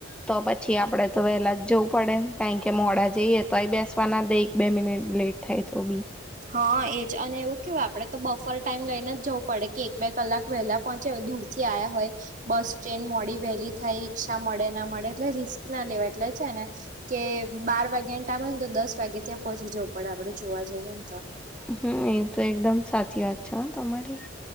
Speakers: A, in the centre; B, on the right (about 40°).
A: તો પછી આપડે. તો વહેલાં જવું પડે કારણ કે મોડા જઈએ તોય બેસવાના દે એક બે મિનિટ લેટ થાય તો બી..
B: હા એજ અને એવું કેવું આપડે તો બફર ટાઈમ લઈને જવું પડે કે એક બે કલાક વહેલા પહોંચીયા હોય તો. થી આયા હોત તે. બસ સ્ટેન્ડ મોડી વહેલી થાય રિક્ષા મળે ના મળે એટલે રિસ્ક ના લેવાય એટલે છે ને. કે બાર વાગ્યા ને ટામે હોય ને તો દસ વાગે ત્યાં પહોંચી જવું પડે આપડે જોવા જઈએ ને તો.
A: હમ એ તો એકદમ સાચી વાત છે હ તમારી.